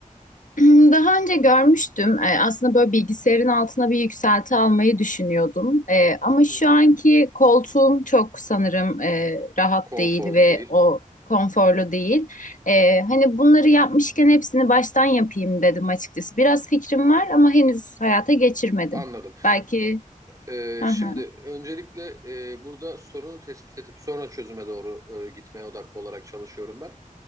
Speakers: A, on the left; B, on the right.
A: Hmm, Daha önce görmüştüm. E, Aslında böyle bilgisayarın altına bir yükselti almayı düşünüyordum. E, ama şu
B: Hı hı.
A: anki koltuğum çok sanırım e, rahat
B: Konforlu
A: değil ve
B: değil.
A: o konforlu değil. E, hani bunları yapmışken hepsini baştan yapayım dedim açıkçası. Biraz fikrim var ama henüz hayata geçirmedim.
B: Anladım.
A: Belki.
B: Ee,
A: Hı
B: şimdi
A: hı.
B: öncelikle e, burada sorunu tespit edip sonra çözüme doğru e, gitmeye odaklı olarak çalışıyorum ben.